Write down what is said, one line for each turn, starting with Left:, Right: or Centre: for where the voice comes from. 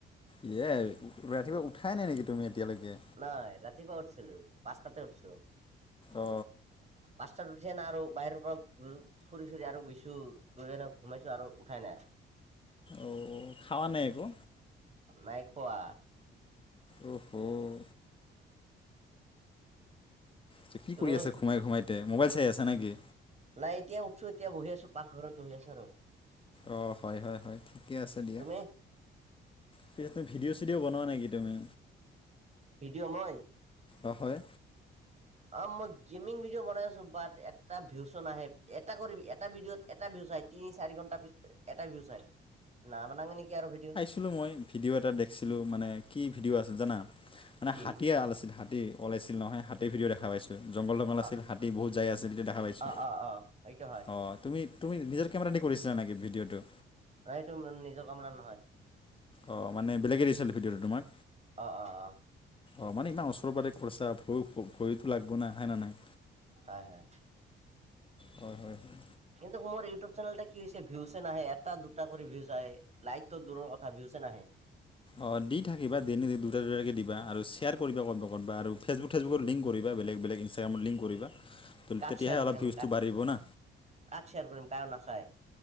Left: এই ৰাতিপুৱা উঠাই নাই নেকি তুমি এতিয়ালৈকে?
Right: নাই ৰাতিপুৱা উঠিছিলোঁ পাঁচটাতে উঠিছোঁ। পাঁচটাত
Left: অ
Right: উঠি না আৰু বাহিৰৰ পৰা ফুৰি ফুৰি আৰু গৈছোঁ। গৈ কিনে ঘুমাইছো আৰু উঠাই নাই।
Left: অঁ খাৱা নাই একো?
Right: নাই খোৱা।
Left: অ হুম। ত
Right: তুমি
Left: কৰি আছে ঘুমায় ঘুমায় তে মোবাইল চাই আছা নেকি?
Right: নাই এতিয়া উঠোছো এতিয়া বহি আছো পাকঘৰত বহি আছো আৰু।
Left: অঁ হয় হয় হয় ঠিকে আছে দিয়া।
Right: তুমি
Left: পিছত তুমি ভিডিঅ' চিডিঅ' বনোৱা নেকি তুমি?
Right: ভিডিঅ' মই।
Left: অঁ হয়।
Right: অ মই গেমিং ভিডিঅ বনাই আছো বাট এটা ভিউচন আহে এটা কৰি এটা ভিডিঅ'ত এটা ভিউজ আহিছে। তিনি চাৰি ঘণ্টা পিছত এটা ভিউচ চাই না বানঙে নেকি আৰু ভিডিঅ'।
Left: দেখিছিলোঁ মই ভিডিঅ' এটা দেখিছিলোঁ মানে কি ভিডিঅ' আছিল জানা মানে
Right: কি
Left: হাতীয়ে আল আছিল হাতীৰ ওলাইছিল নহয় হাতীৰ ভিডিঅ' খা পাইছো। জংঘল জংঘল আছিল
Right: অ
Left: হাতী বহুত যায় আছিল সেয়া দেখা পাইছো
Right: অ অ অ সেইটো হয়
Left: অ তুমি তুমি নিজৰ কেমেৰা দি কৰিছিলা নেকি ভিডিঅ'টো?
Right: না এইটো মোৰ নিজৰ কেমেৰা নহয়।
Left: অঁ মানে বেলেগে দিছিল ভিডিঅ'টো তোমাক?
Right: অ অ অ
Left: অঁ মানে ইমান ওচৰৰ পাতেকৰিছা ভৰি ভয়তো লাগব নাই হয়েনে নহয়?
Right: হয় হয়
Left: হয় হয় হয়।
Right: কিন্তু মোৰ ইউটিউব চেনেলটা কি হৈছে ভিউচ নাহে এটা দুটা কৰি ভিউজ আহে লাইকটো দূৰৰ কথা ভিউচে নাহে।
Left: অঁ দি থাকিবা দুটা দুটাকৈ দিবা আৰু শ্বেয়াৰ কৰিবা ক'ৰবাত ক'ৰবাত আৰু ফেচবুক ফেচবুত লিংক কৰিবা বেলেগ বেলেগ ইনষ্টাগ্ৰামত লিংক কৰিবা ত'
Right: কাক
Left: তেতিয়াহে
Right: শ্বেয়াৰ
Left: অলপ
Right: কৰিম
Left: ভিউটো বাঢ়িব না।
Right: কাক শ্বেয়াৰ কৰিম কোনো নাচাই?